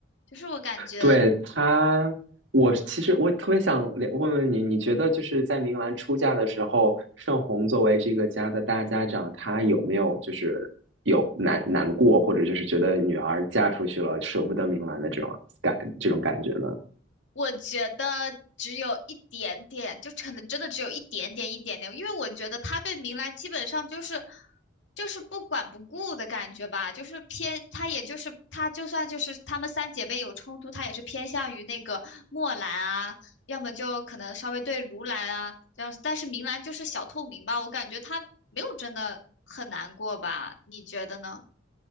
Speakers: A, on the left (about 70°); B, on the right (about 75°).
A: 就是我感觉。
B: 对他，我其实我特别想了问问你，你觉得就是在明兰出嫁的时候，盛虹作为这个家的大家长，她有没有就是有难难过，或者就是觉得女儿嫁出去了舍不得明兰的这种感这种感觉呢？
A: 我觉得只有一点点，就可能真的只有一点点一点点，因为我觉得他对明兰基本上就是就是不管不顾的感觉吧，就是偏他也就是他就算就是他们三姐妹有冲突，他也是偏向于那个墨兰啊，要么就可能稍微对如兰啊这样子但是明兰就是小透明吧，我感觉他没有真的很难过吧，你觉得呢？